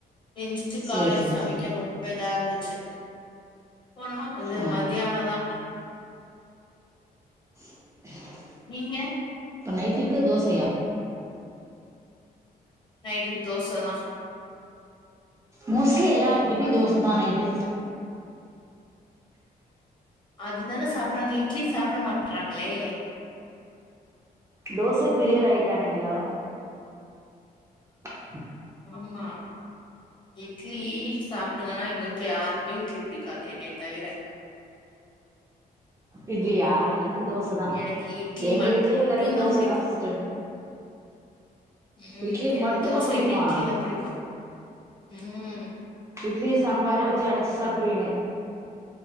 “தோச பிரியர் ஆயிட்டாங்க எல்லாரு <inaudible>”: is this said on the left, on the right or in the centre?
Right